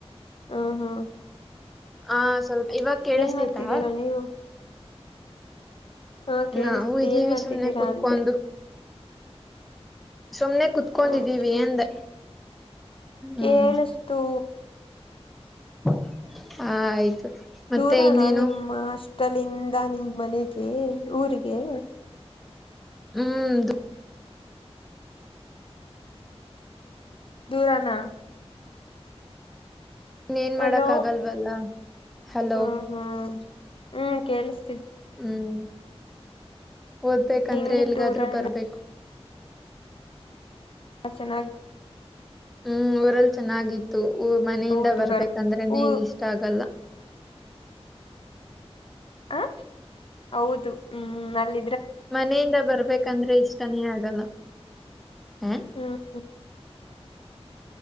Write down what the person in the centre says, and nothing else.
ಹ ಸ್ವಲ್ಪ ಇವಾಗ ಕೇಳಿಸ್ತೈತಾ.
ನಾವು ಇದೀವಿ
ಸುಮ್ನೆ ಕುತ್ಕೊಂಡು.
ಸುಮ್ನೆ ಕುತ್ಕೊಂಡಿದ್ದೀವಿ
ಅಂದೆ. ಹ್ಮ್
ಹ ಆಯ್ತು. ಮತ್ತೆ
ಇನ್ನೇನು
ಹ್ಮ್
ಇನ್ನೆನ್
ಮಾಡಕ್ ಆಗಲ್ವಲ್ಲ ಹಲೋ
ಹ್ಮ್ ಓದ್ಬೇಕಂದ್ರೆ
ಎಲ್ಲಿಗಾದ್ರೂ
ಬರ್ಬೇಕು.
ಹ್ಮ್ ಊರಲ್ಲಿ ಚೆನ್ನಾಗಿತ್ತು. ಮನೆಯಿಂದ
ಬರ್ಬೇಕಂದ್ರೆನೆ
ಇಷ್ಟ ಆಗಲ್ಲ.
ಮನೆಯಿಂದ ಬರ್ಬೇಕಂದ್ರೆ ಇಷ್ಟನೇ ಆಗಲ್ಲ. ಹಾ